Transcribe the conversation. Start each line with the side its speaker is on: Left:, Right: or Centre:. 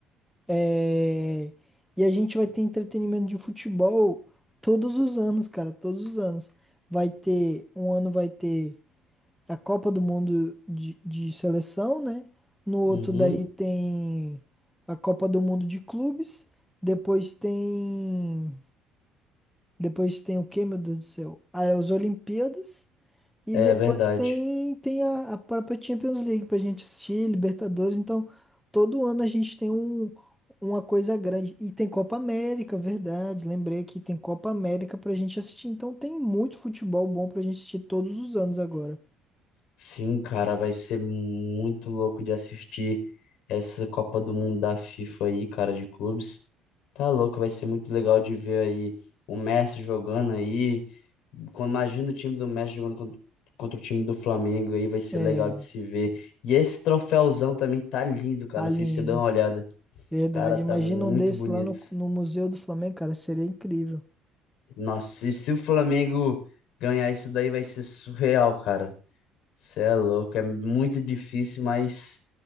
Centre: É, e a gente vai ter entretenimento de futebol todos os anos, cara, todos os anos. Vai ter, um ano vai ter a Copa do Mundo de, de seleção, né? No outro
Left: Uhum.
Centre: daí tem a Copa do Mundo de clubes. Depois tem. Depois tem o quê, meu Deus do céu? Ah, é as Olimpíadas. E
Left: É
Centre: depois
Left: verdade.
Centre: tem, tem a, a própria Champions League pra gente assistir, Libertadores. Então, todo ano a gente tem um, uma coisa grande. E tem Copa América, verdade. Lembrei que tem Copa América pra gente assistir. Então, tem muito futebol bom pra gente assistir todos os anos agora.
Left: Sim, cara, vai ser muito louco de assistir essa Copa do Mundo da FIFA aí, cara, de clubes. Tá louco, vai ser muito legal de ver aí o Messi jogando aí. Quando- Imagina o time do Messi jogando contra, contra o time do Flamengo aí, vai ser
Centre: É.
Left: legal de se ver. E esse troféuzão também tá lindo, cara.
Centre: Tá
Left: Não
Centre: lindo.
Left: sei se você dá uma olhada.
Centre: Verdade.
Left: Cara, tá
Centre: Imagina
Left: muito
Centre: um desse
Left: bonito.
Centre: lá no, no Museu do Flamengo, cara. Seria incrível.
Left: Nossa, e se o Flamengo ganhar isso daí vai ser surreal, cara. Você é louco, é muito difícil, mas